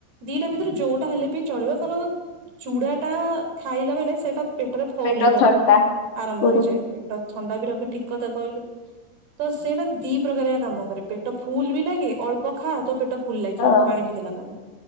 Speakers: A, on the right; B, on the left.
A: ଦିଟା ଭିତରେ ଯୋଉଟା ହେଲେ ବି ଚଳିବ କାରଣ ଚୁଡା ଟା ଖାଇଲା ମାନେ ସେଇଟା ପେଟରେ ଫଉଲିବାକୁ
B: ପେଟ ଥଣ୍ଡା
A: ଆରମ୍ଭ
B: ପୁର
A: ହେଇଯାଏ। ପେଟ ଥଣ୍ଡା ବି ରଖି ଠିକ କଥା କହିଲୁ ତ ସେଇଟା ଦୀପ ସବୁ ପ୍ରକାର କାମ କରେ ପେଟ ଫୁଲ ବି ଲାଗେ ଅଳ୍ପ ଖା ତ ପେଟ ଫୁଲ ହେଇଯିବ
B: ଆଉ
A: ପାଣି ପିଇ ଦେଲା ପରେ